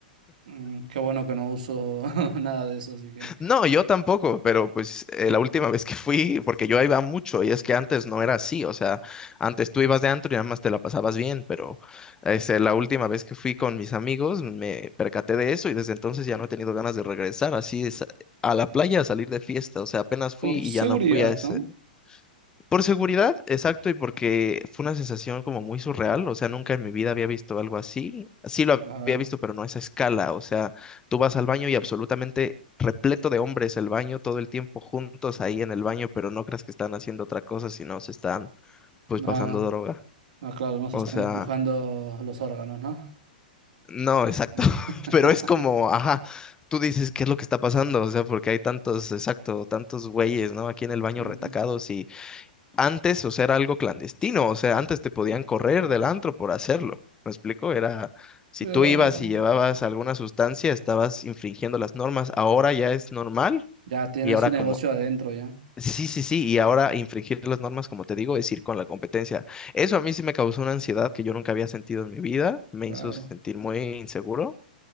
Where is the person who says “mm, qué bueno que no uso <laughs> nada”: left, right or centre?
Right